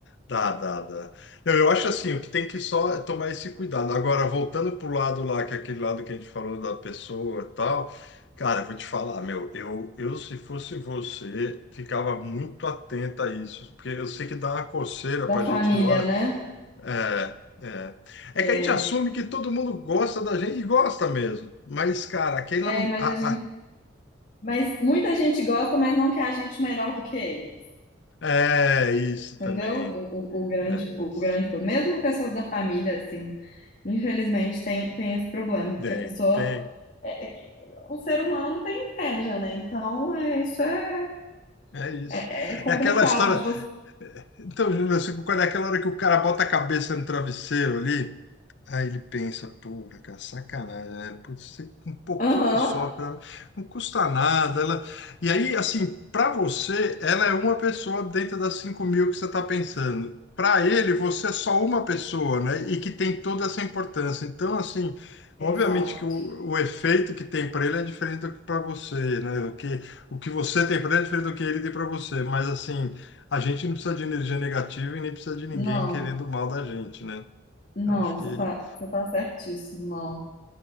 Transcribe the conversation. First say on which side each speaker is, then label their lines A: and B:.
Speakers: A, on the left; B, on the left.
A: Dá, dá, dá. Não, eu acho assim, o que tem que só é tomar esse cuidado. Agora, voltando pro lado lá, que é aquele lado que a gente falou da pessoa e tal, cara, eu vou te falar, meu, eu, eu se fosse você, ficava muito atenta a isso, porque eu sei que dá uma coceira
B: da
A: pra
B: família,
A: gente na hora.
B: né?
A: É, é. É
B: É,
A: que a gente assume que todo mundo gosta da gente e gosta mesmo. Mas, cara, aquele
B: é,
A: não.
B: mas
A: Ah,
B: a gente,
A: ah,
B: mas muita gente gosta, mas não quer a gente melhor do que eles,
A: é isso
B: entendeu?
A: também.
B: O, o, o grande,
A: É
B: o
A: isso.
B: grande, problema, mesmo pessoas da família, assim, infelizmente tem, tem esse problema, porque
A: Tem,
B: a pessoa
A: tem.
B: é, é que o ser humano tem inveja, né? Então, é, isso é,
A: É isso.
B: é, é complicado
A: É aquela história.
B: de você.
A: Então, Júnior, eu fico com aquela hora que o cara bota a cabeça no travesseiro ali, Aí ele pensa, porra, cara, sacanagem, né? Putz, você- um pouquinho
B: Aham.
A: só, para não custa nada. Ela... E aí, assim, para você, ela é uma pessoa dentro das 5 mil que você está pensando. Para ele, você é só uma pessoa, né? E que tem toda essa importância. Então, assim,
B: Exato.
A: obviamente que o, o efeito que tem para ele é diferente do que para você, né? O que, o que você tem para ele é diferente do que ele tem para você. Mas, assim, a gente não precisa de energia negativa e nem precisa de ninguém
B: Não,
A: querendo mal da gente, né?
B: não,
A: Então, acho
B: você
A: que
B: tá, você tá certíssimo, não.